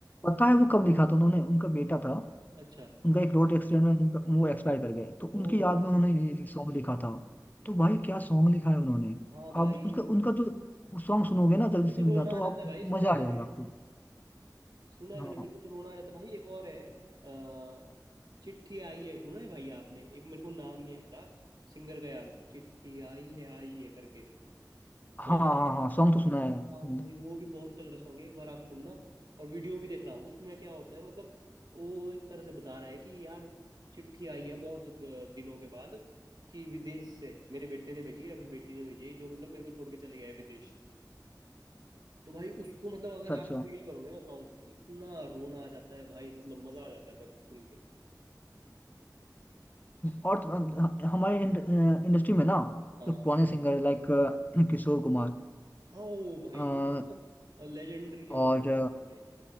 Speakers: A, on the left; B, on the right.
A: पता है वो कब लिखा था उन्होंने उनका बेटा था
B: अच्छा
A: उनका एक रोड एक्सीडेंट में उनका वो एक्सपायर कर गए तो उनकी
B: ओहो
A: याद में उन्होंने ये सॉन्ग लिखा था तो भाई क्या सॉन्ग लिखा है उन्होंने
B: हाँ भाई
A: आप उसका उनका जो सॉन्ग सुनोगे ना
B: मेरे
A: जगजीत
B: को
A: सिंह
B: तो रोना
A: का तो
B: आ जाता
A: आप
B: है भाई सुना
A: मजा
B: है
A: आ जाएगा
B: मैंने
A: आपको
B: सुना है
A: हाँ
B: मैंने मेरे को तो रोना आ जाता है भाई एक और है अ, चिट्ठी आई है सुना है भाई आपने एक मेरे को नाम नहीं आ रहा सिंगर का याद है चिट्ठी आई है आई है करके
A: हाँ
B: सॉन्ग
A: हाँ हाँ सॉन्ग तो सुना है हम्म,
B: हाँ तो भाई वो भी बहुत तगड़ा सॉन्ग है एक बार आप सुनना और वीडियो भी देखना उसमें क्या होता है मतलब वो एक तरह से बता रहा है कि यार चिट्ठी आई है बहुत द- दिनों के बाद कि विदेश से मेरे बेटे ने भेजी है फिर बेटी ने भेजी है जो मतलब मेरे को छोड़ के चले गया है विदेश तो भाई उसको मतलब अगर
A: अच्छा
B: आप
A: अच्छा
B: फील करोगे ना सॉन्ग को तो इतना रोना आ जाता है भाई मतलब मजा आ जाता है पर सुन के
A: और तो, अ, हमारे इंडस्ट्री में ना
B: हाँ
A: जो पुराने सिंगर लाइक किशोर कुमार
B: हाँ ओ भाई
A: अ,
B: वो तो मतलब लेजेंडरी है
A: और
B: वो सिंगर भी भाई